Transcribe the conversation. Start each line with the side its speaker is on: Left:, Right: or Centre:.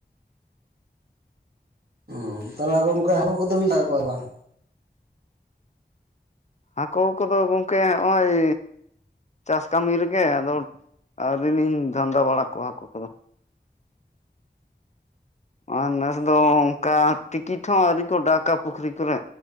Right: ᱩᱸ, ᱛᱟᱦᱞᱮ ᱚᱝᱠᱟ ᱦᱟᱹᱠᱩ ᱠᱚᱫᱚ ᱵᱤᱱ ᱥᱟᱵ ᱮᱫ ᱠᱚᱣᱟ ᱥᱮ ᱵᱟᱝ?
Left: ᱦᱟᱹᱠᱩ ᱠᱚᱫᱚ ᱜᱚᱝᱠᱮ ᱦᱚᱸᱜ-ᱚᱭ ᱪᱟᱥ ᱠᱟᱹᱢᱤ ᱨᱮᱜᱮ ᱟᱫᱚ ᱟᱹᱣᱨᱤ ᱞᱤᱧ ᱫᱷᱟᱱᱫᱟ ᱵᱟᱲᱟ ᱠᱚᱣᱟ ᱦᱟᱹᱠᱩ ᱠᱚᱫᱚ᱾ ᱟᱨ ᱱᱮᱥ ᱫᱚ ᱚᱝᱠᱟ ᱴᱤᱠᱤᱴ ᱦᱚᱸ ᱟᱹᱣᱨᱤ ᱠᱚ ᱰᱟᱠᱟ ᱯᱩᱠᱷᱨᱤ ᱠᱚᱨᱮ᱾